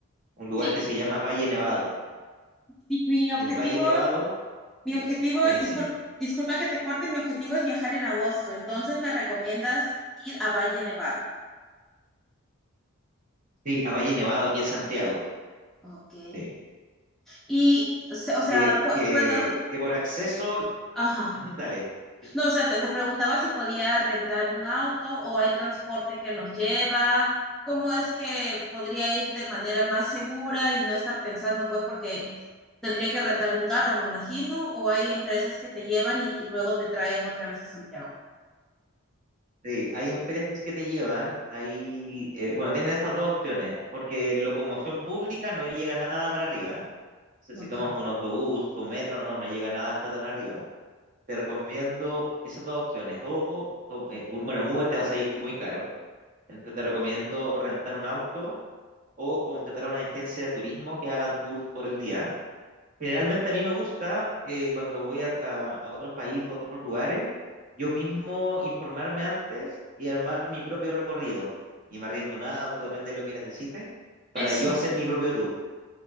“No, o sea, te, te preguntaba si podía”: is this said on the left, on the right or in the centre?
Centre